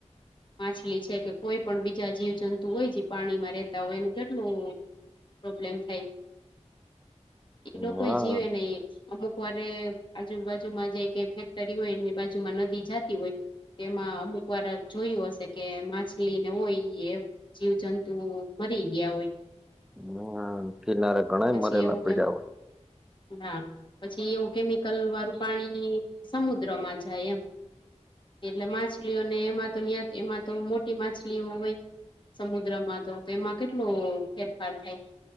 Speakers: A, on the left; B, in the centre.
A: માછલી છે કે કોઈ પણ બીજા જીવજંતુ હોય, જે પાણીમાં રહેેતા હોય, એનું કેટલું. પ્રોબ્લેમ થાય, એ લોકો
B: હા
A: એ જીવે નહીં અમુક. વારે આજુ બાાજુમાં જે કઈ ફેક્ટરી હોય, એની બાજુમાં નદી જાતી હોય. તેમાં અમુક વાર આમ જોયું હશે કે માછલી ને હોય એમ. જીવજંતુ મરી ગયા હોય.
B: અહીંયા કિનારે ઘણાય
A: પછી
B: મરેલા
A: એવું
B: પીડ્યા
A: કેમ
B: હોય.
A: હા, પછી એવું કેમિકલ વાળું પાણી સમુદ્રમાં જાય એમ. એટલે માછલીઓને એમાં તો, ત્યાં એમાં તો મોટી માછલીઓ હોય. સમુદ્રમાં તો એમાં કેટલો ફેરફાર થાય.